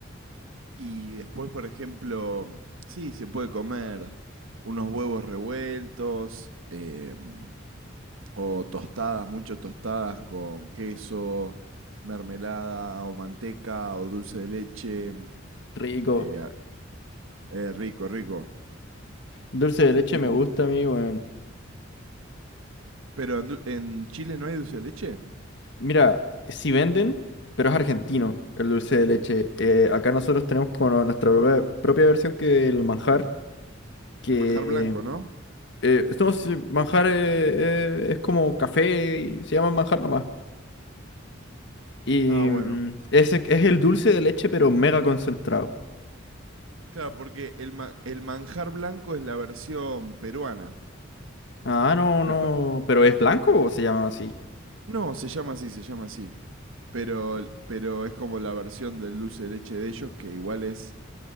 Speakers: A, on the right (about 80°); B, on the left (about 60°).
A: Y después, por ejemplo, sí, se puede comer unos huevos revueltos, em, O tostadas, mucho tostadas con queso, mermelada o manteca o dulce de leche.
B: Rico.
A: Eh, a- eh, rico, rico.
B: Dulce de leche
A: Y,
B: me gusta a mí, weón.
A: pero en, du- en Chile no hay dulce de leche.
B: Mira, si venden, pero es argentino el dulce de leche. Eh, acá nosotros tenemos como nuestra propia, propia versión que el manjar, que
A: El manjar blanco, ¿no?
B: eh, esto es- manjar eh, eh, es como café y se llama manjar nomás. Y
A: Ah, bueno.
B: mm, ese es el dulce de leche, pero mega concentrado.
A: Claro, porque el, ma- el manjar blanco es la versión peruana.
B: Ah, no, no,
A: Me pa-
B: pero ¿es blanco o se llama así?
A: No, se llama así, se llama así. Pero, pero es como la versión del dulce de leche de ellos, que igual es